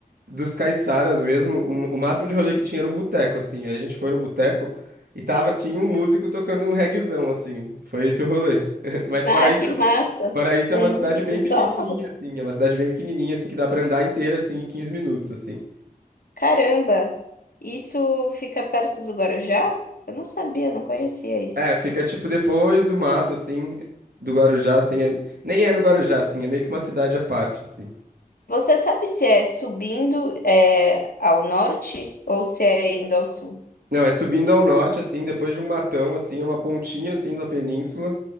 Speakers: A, on the right; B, on the left.
A: dos caiçaras mesmo. O, o máximo de rolê que tinha era um boteco, assim. Aí a gente foi no boteco e tava, tinha um músico tocando um reguezão, assim. Foi esse o rolê. <laughs> Mas
B: Ah,
A: fora isso,
B: que massa!
A: fora isso
B: Um
A: é uma cidade
B: músico
A: bem
B: só?
A: pequenininha, assim. É uma cidade bem pequenininha, assim, que dá pra andar inteira, assim, em 15 minutos, assim.
B: Caramba! Isso fica perto do Guarujá? Eu não sabia, não conhecia aí.
A: É, fica tipo depois do mato, assim, do Guarujá, assim. é- Nem é no Guarujá, assim, é meio que uma cidade à parte, assim.
B: Você sabe se é subindo é, ao norte ou se é indo ao sul?
A: Não, é subindo ao norte, assim, depois de um matão, assim, é uma pontinha, assim, da península.